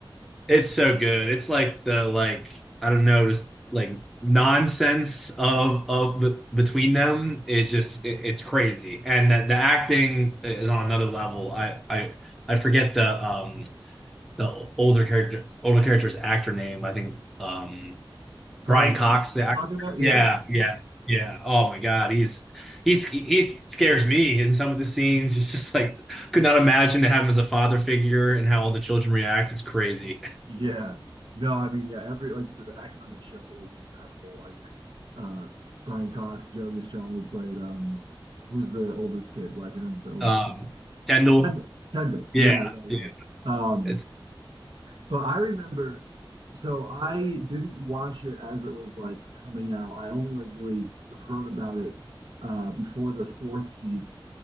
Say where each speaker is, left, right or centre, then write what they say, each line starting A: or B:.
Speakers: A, in the centre; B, on the right.
A: It's so good. It's like the like I don't know, just like nonsense of of b between them is just it, it's crazy. And the, the acting is on another level. I I I forget the um the older character older character's actor name. I think um
B: Brian
A: Brian
B: Cox,
A: Cox the
B: you talking
A: actor.
B: about? Yeah,
A: Yeah, yeah. Yeah. Oh my God. He's he's he scares me in some of the scenes. He's just like could not imagine to have him as a father figure and how all the children react. It's crazy.
B: yeah. No, I mean, yeah. Every like you said, the acting on that show is incredible. Like uh, Brian Cox, Jeremy Strong, who played um, who's the oldest kid? Well, I can't remember the oldest
A: Um,
B: kid's name.
A: Kendall.
B: Kendall. Kendall.
A: Yeah,
B: Yeah, yeah, yeah.
A: yeah.
B: Um,
A: It's
B: But I remember, so I didn't watch it as it was like coming out. I only like really heard about it uh, before the fourth season.